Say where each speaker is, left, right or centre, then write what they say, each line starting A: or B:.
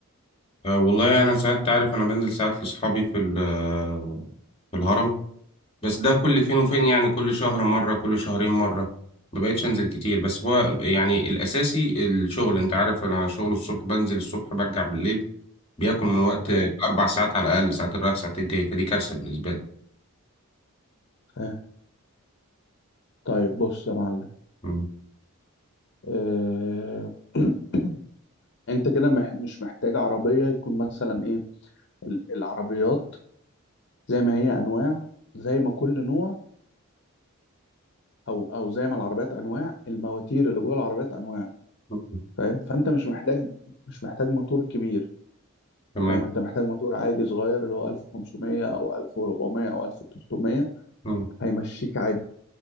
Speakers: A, on the left (about 25°); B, on the left (about 50°).
A: آه، والله أنا ساعات تعرف أنا بنزل ساعات لأصحابي في ال- آه، في الهرم بس ده كل فين وفين
B: مم.
A: يعني كل شهر مرة كل شهرين مرة ما بقتش انزل كتير بس هو يعني الاساسي الشغل انت عارف انا شغل الصبح بنزل الصبح برجع بالليل بياكل من وقت
B: أيوة.
A: اربع ساعات على الاقل ساعتين رايح ساعتين جاي فدي كارثة بالنسبة لي
B: آه. طيب بص يا معلم
A: مم.
B: آه، <clears throat> انت كده مح- مش محتاج عربية يكون مثلا ايه ال- العربيات زي ما هي انواع زي ما كل نوع او او زي ما العربيات انواع المواتير اللي جوه العربيات انواع
A: مم.
B: فاهم فانت مش محتاج مش محتاج موتور كبير
A: تمام
B: فاهم انت محتاج موتور عادي صغير اللي هو 1500 او 1400 او 1300
A: مم.
B: هيمشيك عادي